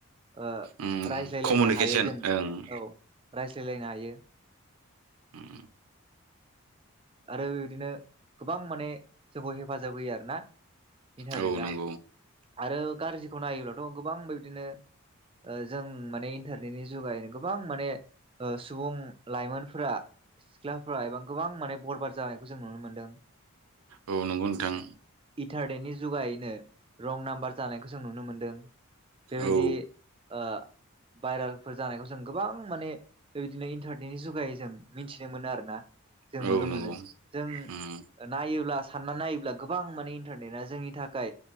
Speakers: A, on the right; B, on the right.
A: ओ
B: उम
A: रायज्लायलायनो
B: कमिउनिकेसन
A: हायो जों
B: ओं
A: औ रायज् ज्लायनो हायो।
B: उम।
A: आरो बिबायदिनो गोबां माने जोंखौ हेफाजाब होयो आरो ना। इन्टारनेटआ
B: औ नंगौ
A: आरो गारजि खौ नायोब्लाथ' गोबां बेबादिनो ओ जों माने इन्टारनेटनि जुगायैनो गोबां माने सुबुं लाइमोनफोरा सिख्लाफ्रा एबा गोबां माने बरबार जानायखौ जों नुनो मोन्दों।
B: औ नंगौ नोंथां।
A: इन्टारनेटनि जुगायैनो रं नाम्बार जानायखौ जों नुनो मोन दों बेबायदि
B: औ
A: ओ भाइरेलफोर जानायखौ जों गोबां माने बेबायदिनो इन्टारनेटनि जुगायै जों मिथिनो मोनो आरो ना। जों
B: औ
A: नुनो
B: नंगौ
A: मोनो जों
B: उम
A: नायोब्लास सानना नायोब्ला गोबां माने इन्टारनेटआ जोंनि थाखाय